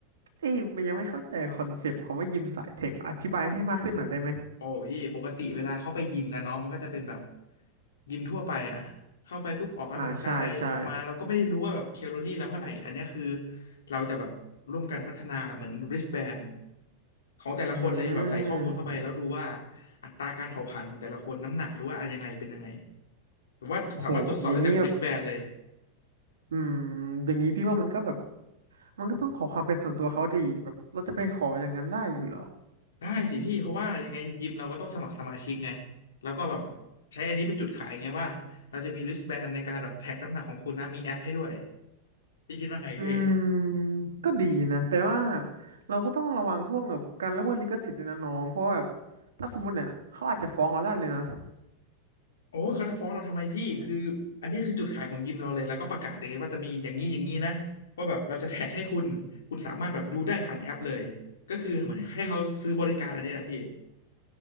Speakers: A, on the right; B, on the left.
A: เอ้ยมันยังไม่เข้าใจคอนเซปต์ของว่ายิมสายเทคอธิบายให้มากขึ้นหน่อยได้ไหม
B: โอ้พี่ปกติเวลาเข้าไปยิมกันเนาะมันก็จะเป็นแบบยิมทั่วไปอะเข้าไปปุ๊บออกกำลังกายออกมาเราก็ไม่ได้รู้ว่าแบบแคลอรี่เราเท่าไหร่อันเนี้ยคือ
A: อ่าใช่ใช่
B: เราจะแบบร่วมกันพัฒนาเหมือน wristband ของแต่ละคนเลยแบบใส่ข้อมูลเข้าไปแล้วดูว่า
A: อืม
B: อัตราการเผาผลาญของแต่ละคนน้ำหนักหรือว่าอะไรยังไงเป็นยังไงแบบว่าสามารถตรวจสอบได้จาก
A: โอ้โหอย่างนี้แบบ
B: wristband เลย
A: อืมอย่างนี้พี่ว่ามันก็แบบมันก็ต้องขอความเป็นส่วนตัวเขาดีแบบเราจะไปขออย่างนั้นได้อยู่เหรอ
B: ได้สิพี่เพราะว่ายังไงยิมเราก็ต้องสมัครสมาชิกไงแล้วก็แบบใช้อันนี้เป็นจุดขายไงว่าเราจะมี wristband ในการแบบแท็กน้ำหนักของคุณนะมีแอปให้ด้วย พี่คิดว่าไงพี่
A: อืมก็ดีนะแต่ว่าเราก็ต้องระวังพวกแบบการละเมิดลิขสิทธิ์ด้วยนะน้องเพราะว่าแบบถ้าสมมติเนี่ยเขาอาจจะฟ้องเราได้เลยนะ
B: โอ้ยเขาจะฟ้องเราทำไมพี่ คืออันนี้คือจุดขายของยิมเราเลย แล้วก็ประกาศเลยไงว่าจะมีอย่างนี้อย่างนี้นะ ว่าแบบเราจะแท็กให้คุณ คุณสามารถแบบดูได้ผ่านแอปเลย ก็คือเหมือนให้เขาซื้อบริการอันนี้แหละพี่
A: อืม